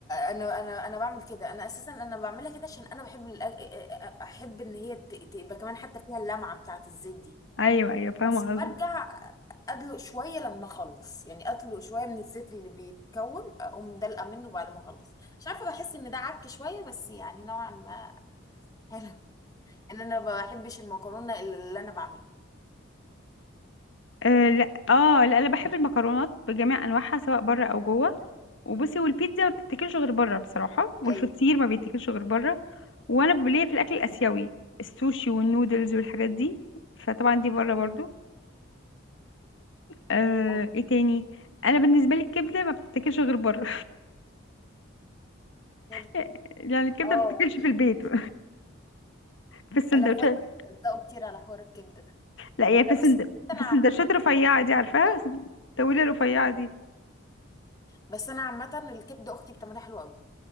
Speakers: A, on the left; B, on the left.
A: انا انا انا بعمل كده انا اساسا انا بعملها كده عشان انا بحب الأ- احب ان هي ت- تبقى كمان حتى فيها اللمعه بتاعه الزيت دي
B: ايوه ايوه فاهمه
A: بس برجع
B: قصدك
A: ادلق شويه لما اخلص يعني ادلق شويه من الزيت اللي بيتكون اقوم دلقه منه بعد ما اخلص مش عارفه بحس ان ده عك شويه بس يعني نوعا ما حلو <laughs> ان انا ما بحبش المكرونه اللي انا بعملها
B: آه لا اه لا انا بحب المكرونات بجميع انواعها سواء بره او جوه وبصي والبيتزا ما بتتاكلش غير بره بصراحه والفطير
A: ايوه
B: ما بيتاكلش غير بره وانا ب- ليا في الاكل الاسيوي السوشي والنودلز والحاجات دي فطبعا دي بره برضو آه
A: ايوه <laughs>
B: ايه تاني انا بالنسبه لي الكبده ما بتتاكلش غير بره
A: كبدة.
B: <laughs> يعني الكبده
A: اه
B: ما بتتاكلش في البيت <laughs> في السندوتشات
A: انا اخواتي بيتلزقوا كتير على حوار الكبده ده
B: لا يعني في
A: لا
B: السند...
A: بس انا
B: في السندوتشات الرفيعه دي عارفاها
A: عامه
B: سن- الطويله الرفيعه دي
A: بس انا عامه الكبده اختي بتعملها حلوه قوي